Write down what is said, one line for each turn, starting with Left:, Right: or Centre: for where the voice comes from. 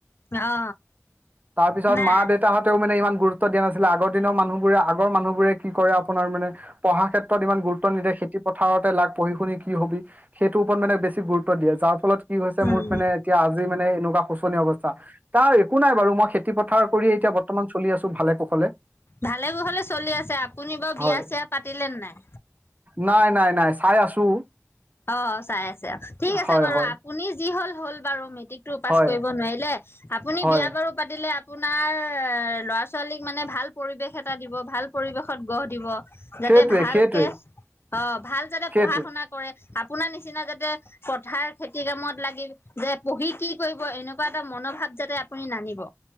Left: অ অ
Right: তাৰপিছত
Left: নাই
Right: মা দেউতাহত তেওঁ মানে ইমান গুৰুত্ব দিয়া নাছিলে, আগৰ দিনৰ মানুহবোৰে আগৰ মানুহবোৰে কি কৰে আপোনাৰ মানে পঢ়া ক্ষেত্ৰত ইমান গুৰুত্ব নিদিয়ে, পথাৰতে লাগ পঢ়ি শুনি কি হবি সেইটোৰ ওপৰত মানে বেছি গুৰুত্ব দিয়ে, যাৰ ফলত কি হৈছে
Left: উম
Right: মোৰ মানে এতিয়া আজি মানে এনেকুৱা শোচনীয় অৱস্থা। তাৰ একো নাই বাৰু মই খেতি পথাৰ কৰিয়ে এতিয়া বৰ্তমান চলি আছো ভালে কুশলে।
Left: ভালে কুশলে চলি আছে, আপুনি বাৰু
Right: হয়
Left: বিয়া চিয়া পাতিলে নে নাই?
Right: নাই নাই নাই চাই আছো।
Left: অ' চাই আছে, ঠিক আছে
Right: হয়
Left: বাৰু,
Right: হয়
Left: আপুনি যি হল হল বাৰু মেট্ৰিক পাছ
Right: হয়
Left: কৰিব নোৱাৰিলে, আপুনি
Right: হয়
Left: বিয়া বাৰু পাতিলে, আপোনাৰ লৰা ছোৱালীক মানে ভাল পৰিৱেশ এটা দিব, ভাল পৰিৱেশত গঢ় দিব, যাতে
Right: সেইটোৱে
Left: ভালকে
Right: সেইটোৱে
Left: অ' ভাল যাতে
Right: সেইটোৱে
Left: পঢ়া শুনা কৰে আপোনাৰ নিচিনা যাত পথাৰ খেতি কামত লাগি, যে পঢ়ি কি কৰিব এনেকুৱা এটা মনোভাৱ যাতে আপুনি নানিব।